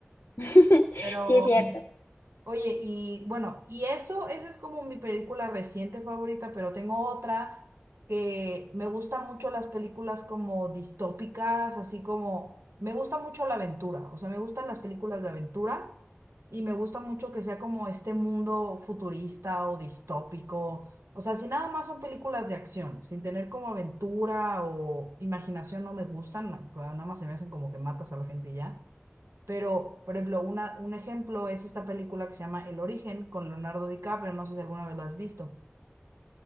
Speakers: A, on the left; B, on the right.
A: <laughs>
B: Pero
A: Sí, es cierto.
B: Oye, y bueno, y eso, esa es como mi película reciente favorita, pero tengo otra que me gusta mucho las películas como distópicas, así como me gusta mucho la aventura, o sea, me gustan las películas de aventura y me gusta mucho que sea como este mundo futurista o distópico, o sea, si nada más son películas de acción, sin tener como aventura o imaginación no me gustan, na- nada más se me hacen como que matas a la gente y ya. Pero, por ejemplo, una, un ejemplo es esta película que se llama El Origen con Leonardo DiCaprio. No sé si alguna vez la has visto.